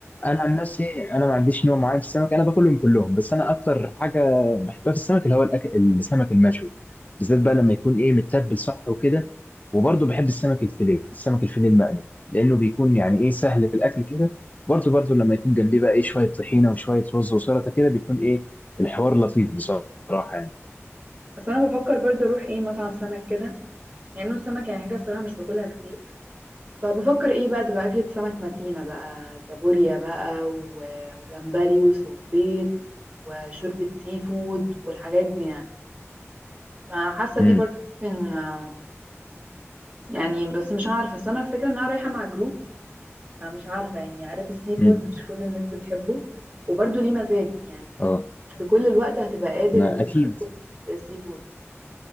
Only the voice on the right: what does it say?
مم.
بس انا بفكر برضه اروح ايه مطعم سمك كده يعني نوع السمك يعني حاجه الصراحه مش باكلها كتير فبفكر ايه بقى تبقى اكلة سمك متينة بقى كابوريا بقى و- وجمبري وسبيط وشوربة سي فود والحاجات دي يعني فحاسة دي
برضه ممكن آه، يعني بس مش عارفة بس انا الفكرة ان انا رايحة مع جروب فمش عارفة يعني عارف السي فود
مش كل الناس بتحبه وبرضه ليه مزاج يعني
بكل الوقت هتبقى قادر
ان انت
تاكل سي فود